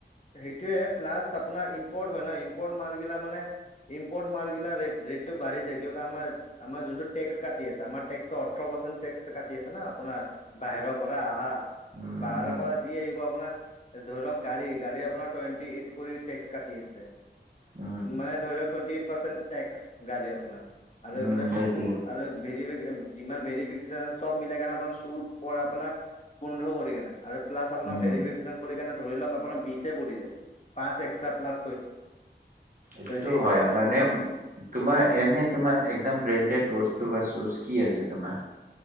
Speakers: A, on the left; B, on the right.
A: সেইটোয়ে, প্লাছ আপোনাৰ ইম্পৰ্ট হয় ন' ইম্পৰ্ট মাৰিলে মানে- ইম্পৰ্ট মাৰ্গিলা ৰেটটো বাৰহি যায়, কিয় আমাৰ, আমাৰ যোনটো টেক্স কাটি আছে, আমাৰ- টেক্সটো ওঠৰ পাৰ্চেন্ট টেক্স কাটি আছে না' আপোনাৰ বাহিৰৰ পৰা আহা।
B: উম
A: বাহিৰৰ পৰা- যি আহিব আপোনাৰ ধৰ লওঁক গাড়ী-গাড়ী আপোনাৰ টুৱেণ্টি এইট কৰি টেক্স কাটি আছে।
B: উম উম
A: মানে ধৰি লওঁক টুৱেণ্টি এইট পাৰ্চেন্ট টেক্স গাড়ী আপোনাৰ। আৰু
B: উম
A: এইফালে
B: সেইটোৱে
A: চুৰ- আৰু ভেৰিবে- যিমান ভেৰিফিকেশচন চব মিলাই কেনে আপোনাৰ চুত প-পোন্ধ কৰি আৰু- প্লাছ আপোনাৰ
B: উম
A: ভেৰিফিকেশন কৰি কিনে ধৰি লওঁক আপোনাৰ বিছে পৰি যায়। পাঁচ এক্সট্ৰা প্লাছ কৰি-
B: এইটোতো
A: সেইটোৱে
B: হয়, মানে
A: প্ৰব্লেম।
B: তোমাৰ এনেই তোমাৰ একদম ব্ৰেণ্ডেড বস্তু বা চুজ কি আছে তোমাৰ?